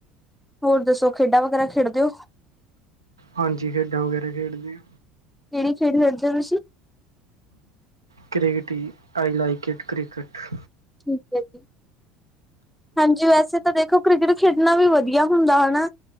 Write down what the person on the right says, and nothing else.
ਹਾਂਜੀ, ਖੇਡਾਂ ਵਗੈਰਾ ਖੇਡਦੇ ਆਂ।
ਕ੍ਰਿਕਟ ਈ ਆਈ ਲਾਈਕ ਇਟ ਕ੍ਰਿਕਟ।